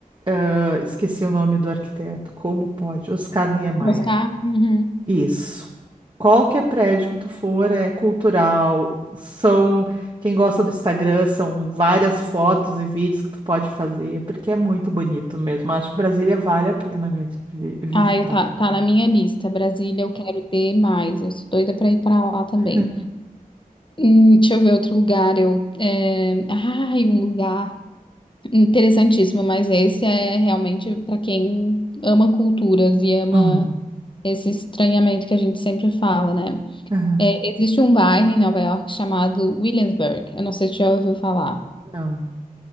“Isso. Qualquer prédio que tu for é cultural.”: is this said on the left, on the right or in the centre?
Right